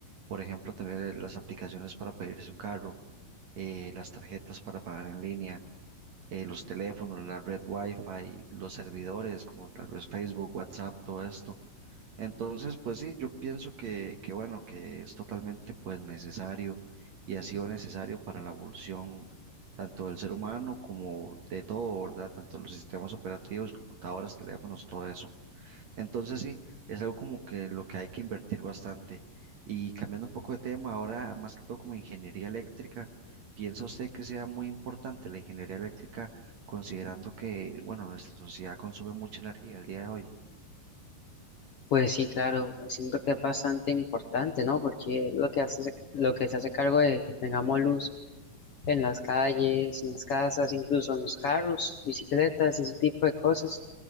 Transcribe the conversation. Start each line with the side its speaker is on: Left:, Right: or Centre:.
Right: por ejemplo, también eh, las aplicaciones para pedirse un carro, eh, las tarjetas para pagar en línea, eh, los teléfonos, la red Wi-Fi, los servidores, como tal vez Facebook, WhatsApp, todo esto. Entonces, pues sí, yo pienso que, que bueno, que es totalmente pues necesario y ha sido necesario para la evolución tanto del ser humano como de todo, ¿verdad? Tanto los sistemas operativos, computadoras, teléfonos, todo eso. Entonces sí, es algo como que lo que hay que invertir bastante. Y cambiando un poco de tema, ahora más que todo como ingeniería eléctrica, ¿piensa usted que sea muy importante la ingeniería eléctrica considerando que, bueno, nuestra sociedad consume mucha energía al día de hoy?
Left: Pues sí, claro, siento que es bastante importante, ¿no? Porque lo que hace, lo que se hace cargo de que tengamos luz. en las calles, en las casas, incluso en los carros, bicicletas y ese tipo de cosas.